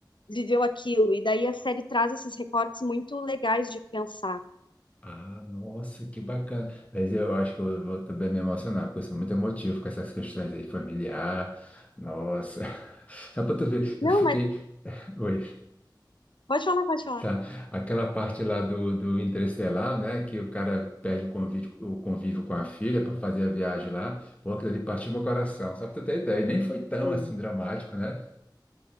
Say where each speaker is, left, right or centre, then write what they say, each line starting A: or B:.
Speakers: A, on the left (about 85°); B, on the left (about 15°).
A: viveu aquilo. E daí a série traz esses recortes muito legais de pensar.
B: Ah, nossa, que bacana. Mas eu acho que eu vou também me emocionar, porque eu sou muito emotivo com essas questões aí familiar. Nossa. <laughs> Só para tu ver,
A: Não,
B: eu fiquei.
A: mas
B: <laughs> Oi,
A: pode falar, pode falar.
B: tá. Aquela parte lá do, do Interestelar, né? Que o cara perde o convívio, o convívio com a filha para fazer a viagem lá. Pô, aquilo ali partiu meu coração. Só para tu ter ideia. E nem foi tão
A: Hum.
B: assim dramático, né?